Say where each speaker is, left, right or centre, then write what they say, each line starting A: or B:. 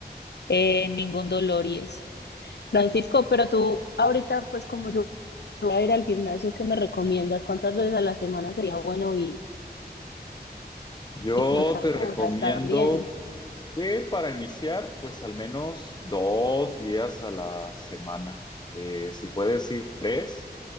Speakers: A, on the left (about 80°); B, on the left (about 25°).
A: eh, ningún dolor y eso. Francisco, pero tú ahorita, pues como yo voy a ir al gimnasio, ¿qué me recomiendas? ¿Cuántas veces a la semana sería bueno y
B: Yo
A: cuántas
B: te recomiendo
A: horas también?
B: que para iniciar, pues al menos dos días a la semana. Eh, si puedes ir tres,